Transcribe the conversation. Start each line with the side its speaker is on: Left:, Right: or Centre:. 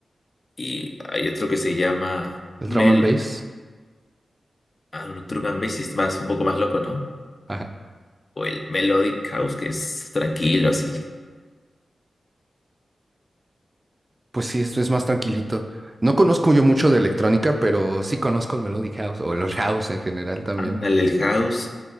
Left: Y hay otro que se llama Mel,
Right: El drum and bass.
Left: ah, drum and bass, y es más, un poco más loco, ¿no?
Right: Ajá.
Left: O el Melodic House, que es tranquilo, así.
Right: Pues sí, esto es más tranquilito. No conozco yo mucho de electrónica, pero sí conozco el Melodic House o el House en general también.
Left: Ándale, el House.